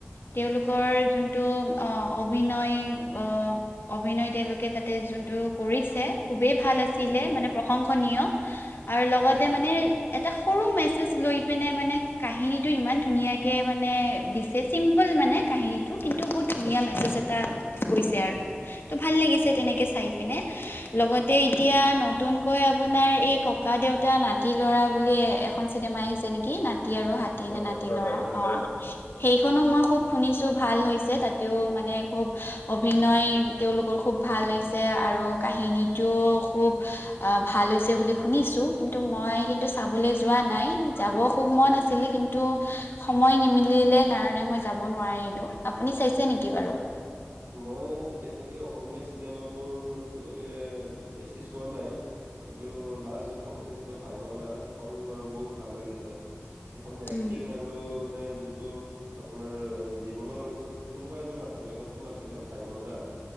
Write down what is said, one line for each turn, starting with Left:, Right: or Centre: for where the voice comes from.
Left: তেওঁলোকৰ
Right: হয়।
Left: যো টো অ অভিনয় অ অভিনয় তেওঁলোকে যাতে যোনটো কৰিছে খুবেই ভাল আছিলে
Right: উম, হুম,
Left: মানে প্ৰশংসনীয় আৰু লগতে
Right: হয়।
Left: মানে এটা সৰু মেছেজ লৈ পিনে মানে কাহিনীত টো ইমান ধুনীয়াকে মানে দিছে চিম্পল মানে কাহিনীটো কিন্তু বহুত ধুনীয়া মেছেজ এটা গৈছে আৰু ত' ভাল লাগিছে তেনেকে চাই পিনে। লগতে এতিয়া নতুনকৈ আপোনাৰ এই ককা দেউতা নাতি ল'ৰা বুলিয়ে এ খন চিনেমা আহিছে নেকি নাতি আৰু হাতী
Right: অ,
Left: নে
Right: হ
Left: নাতি লৰা
Right: হয়, হয়,
Left: অ।
Right: হয়।
Left: সেইখনো মই খুব শুনিছোঁ ভাল হৈছে তাতেও মানে খুব অভিনয় তেওঁলোকৰ খুব ভাল হৈছে আৰু কাহিনীটোও খুব অ ভাল হৈছে বুলি শুনিছোঁ কিন্তু মই কিন্তু চাবলৈ যোৱা নাই যাব খুব মন আছিলে কিন্তু সময় নিমিলিলে কাৰণে মই যাব নোৱাৰিলো। আপুনি চাইছে নেকি বাৰু?
Right: মই তেনেকে অসমীয়া চিনেমাবোৰ তেনেকে বেছি চোৱা নাই কিন্তু লাষ্ট যোনখন চাইছিলো ভাইমন দা সেইখন বাৰু বহুত ভাল লাগিছে সেইখনৰ এক্টিং
Left: উম
Right: আৰু আৰু মানে যোনটোত আপোনাৰ জীৱনৰ কোনোবা এজন আছিলে ন কোন আছিলে ভাইমন দা